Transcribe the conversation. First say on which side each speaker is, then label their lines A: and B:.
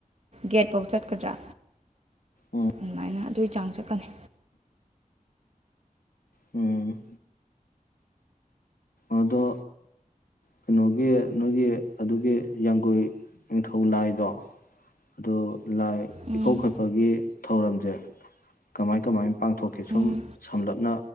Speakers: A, on the right; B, on the left.
A: ꯒꯦꯠꯐꯧ ꯆꯠꯀꯗ꯭ꯔꯥ
B: ꯎꯝ
A: ꯑꯗꯨꯃꯥꯏꯅ ꯑꯗꯨ ꯆꯥꯡ ꯆꯛꯀꯅꯤ
B: ꯎꯝ ꯑꯗꯣ ꯀꯩꯅꯣꯒꯤ ꯅꯣꯏꯒꯤ ꯑꯗꯨꯒꯤ ꯌꯥꯡꯒꯣꯏ ꯅꯤꯡꯊꯧ ꯂꯥꯏꯗꯣ ꯑꯗꯨ ꯂꯥꯏ
A: ꯎꯝ
B: ꯏꯈꯧ ꯈꯣꯠꯄꯒꯤ ꯊꯧꯔꯝꯁꯦ ꯀꯃꯥꯏ ꯀꯃꯥꯏꯅ ꯄꯥꯡꯊꯣꯛꯀꯦ ꯁꯨꯝ
A: ꯎꯝ
B: ꯁꯝꯂꯞꯅ